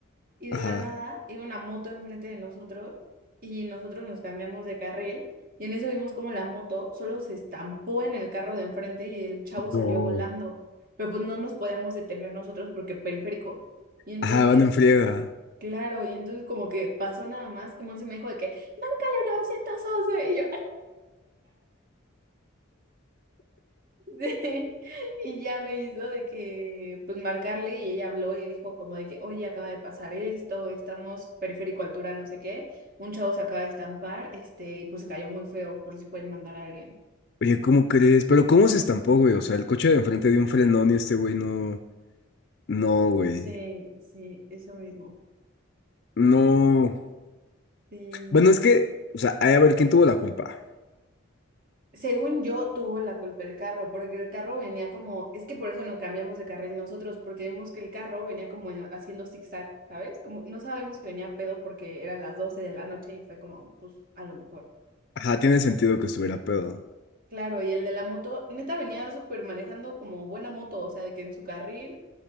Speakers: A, on the right; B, on the left.
A: y
B: ajá,
A: de la nada iba una moto enfrente de nosotros y nosotros nos cambiamos de carril y en eso vimos como la moto solo se estampó en el carro de enfrente y el chavo salió
B: No.
A: volando, pero pues no nos podíamos detener nosotros porque periférico. Y entonces,
B: ajá, van en friega.
A: claro, y entonces como que pasó nada más y Monse me dijo de que, márcale 911 y yo... Sí, Y ya me hizo de que, pues marcarle y ella habló y dijo como de que, oye, acaba de pasar esto, estamos periférico altura, no sé qué, un chavo se acaba de estampar, este, y pues se cayó muy feo, por si pueden mandar a alguien.
B: Oye, ¿cómo crees? Pero ¿cómo se estampó, güey? O sea, el coche de enfrente dio un frenón y este güey no, no, güey,
A: Sí, sí, eso mismo.
B: no.
A: Sí.
B: Bueno, es que, o sea, hay a ver quién tuvo la culpa.
A: Según yo, tuvo la culpa el carro, porque el carro venía como, es que por eso nos cambiamos de carril nosotros, porque vimos que el carro venía como en- haciendo zigzag, ¿sabes? Como no sabemos que venía pedo porque eran las 12 de la noche y fue como, pues a lo mejor.
B: Ajá, tiene sentido que estuviera pedo.
A: Claro, y el de la moto, neta venía súper manejando como buena moto, o sea, de que en su carril,